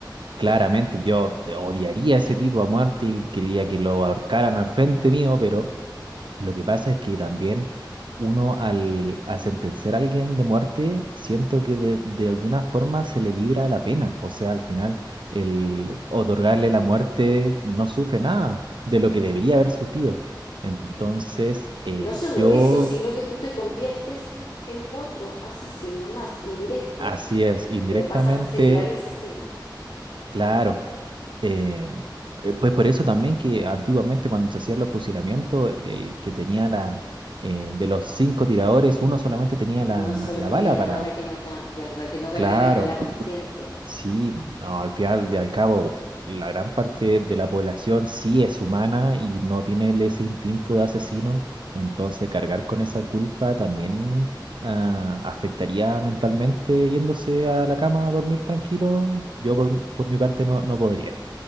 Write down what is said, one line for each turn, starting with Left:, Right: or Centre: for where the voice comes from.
Right: claramente
Left: Sí, po.
Right: yo te odiaría a ese tipo a muerte y quería que lo ahorcaran al frente mío, pero lo que pasa es que también uno al, al sentenciar a alguien de muerte, siento que de, de alguna forma se le libra de la pena. O sea, al final, el otorgarle la muerte no sufre nada de lo que debería haber sufrido. Entonces, eh,
Left: No solo
Right: yo,
Left: eso, sino que tú te conviertes en otro asesino más, indirecto,
Right: así es, indirectamente,
Left: pero pasas a ser igual asesina.
Right: claro. eh, eh, pues por eso también que antiguamente cuando se hacían los fusilamientos, el que tenía la... eh, de los cinco tiradores, uno solamente tenía la,
Left: Uno solo
Right: la
Left: tenía
Right: bala
Left: la
Right: para
Left: bala que mataba, claro, para que no cargaran
Right: Claro,
Left: con la conciencia.
Right: sí, no, al final y al cabo, la gran parte de la población sí es humana y no tiene el- ese instinto de asesino, entonces cargar con esa culpa también ah, afectaría mentalmente yéndose a la cama a dormir tranquilo. Yo por, por mi parte no, no podría,